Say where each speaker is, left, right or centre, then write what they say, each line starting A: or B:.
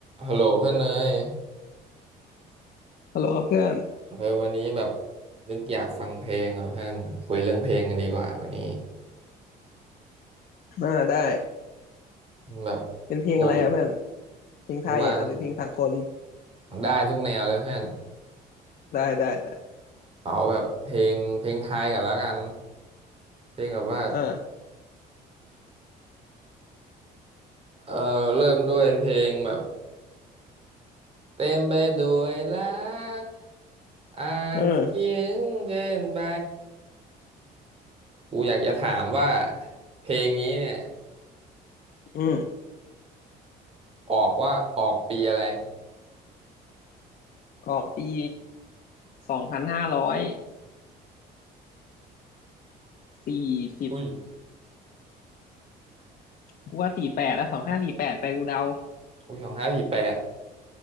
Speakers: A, on the right; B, on the left.
A: ฮัลโหลเพื่อนเนย
B: ฮัลโหลครับเพื่อน
A: เออวันนี้แบบนึกอยากฟังเพลงอ่ะเพื่อนคุยเรื่องเพลงกันดีกว่าวันนี้
B: อ่าได้
A: แบบ
B: เป็นเพลงอะไรอ่ะเพื่อน
A: กู
B: เพลงไทยอ่ะหรือเพลงสากล
A: กูวางได้ทุกแนวเลยเพื่อน
B: ได้ได้ได้
A: เอาแบบเพลงเพลงไทยกันแล้วกันเพลงแบบว่า
B: อ่า
A: เออเริ่มด้วยเพลงแบบเต็มไปด้วยรักอาจเขียงเกินไป
B: เออ
A: กูอยากจะถามว่าเพลงนี้เนี่ย
B: อืม
A: ออกว่าออกปีอะไร
B: ออกปีสองพันห้าร้อยสี่สิบ
A: อุ้ย
B: กูว่าสี่แปดแล้วสองห้าสี่แปดไปกูเดา
A: อุ้ยสองห้าสี่แปด